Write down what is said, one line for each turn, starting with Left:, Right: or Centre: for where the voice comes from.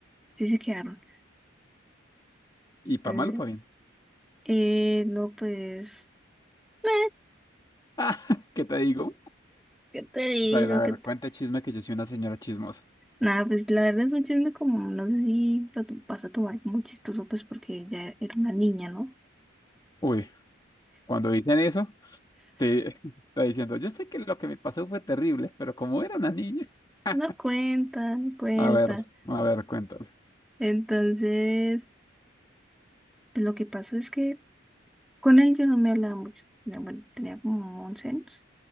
Centre: sí se quedaron.
Left: Y para
Centre: Entonces,
Left: malo para bien.
Centre: eh, no, pues, eh,
Left: Ah, <laughs> ¿qué te digo?
Centre: ¿qué te digo?
Left: A ver, a
Centre: ¿Qué
Left: ver,
Centre: te-
Left: cuenta chisme que yo soy una señora chismosa.
Centre: Nada, pues la verdad es un chisme como, no sé si lo to- vas a tomar como chistoso, pues porque ya era una niña, ¿no?
Left: Uy, cuando dicen eso, te <laughs> está diciendo, yo sé que lo que me pasó fue terrible, pero como era una niña. <laughs>
Centre: No cuenta, no cuenta.
Left: A ver, a ver, cuéntame.
Centre: Entonces, pues, lo que pasó es que con él yo no me hablaba mucho. Ya, Bueno, tenía como 11 años,